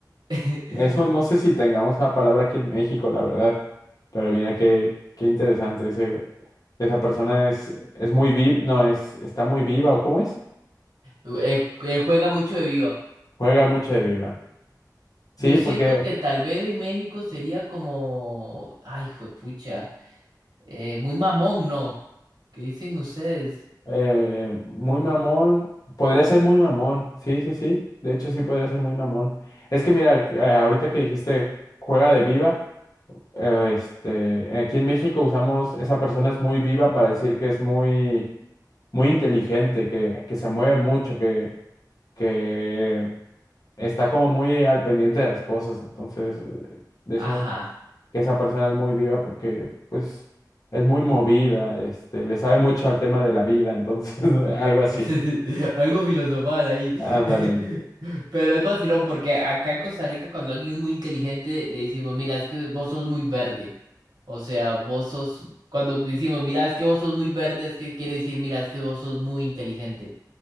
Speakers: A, on the right; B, on the left.
A: <laughs>
B: eso no sé si tengamos la palabra aquí en México, la verdad. Pero mira qué, qué interesante ese, esa persona es, es muy viva, no, es, está muy viva, ¿o cómo es?
A: Eh, eh, juega mucho de viva.
B: Juega mucho de viva. Sí,
A: Yo siento
B: porque
A: que tal vez en México sería como, ay, juepucha, eh, muy mamón, ¿no? ¿Qué dicen ustedes?
B: Eh, muy mamón. Podría ser muy mamón. Sí, sí, sí. De hecho, sí podría ser muy mamón. Es que mira, eh, ahorita que dijiste juega de viva, eh, este, aquí en México usamos esa persona es muy viva para decir que es muy, muy inteligente, que, que se mueve mucho, que, que está como muy al pendiente de las cosas. Entonces, eh, decimos
A: Ajá.
B: que esa persona es muy viva porque pues es muy movida, este, le sabe mucho al tema de la vida, entonces <laughs> algo así.
A: <laughs> Algo filosofal ahí. <laughs>
B: Ándale.
A: Pero es vacilón porque acá en Costa Rica cuando alguien es muy inteligente le decimos, mira, es que vos sos muy verde. O sea, vos sos, cuando decimos, mira, es que vos sos muy verde, es que quiere decir, mira, es que vos sos muy inteligente.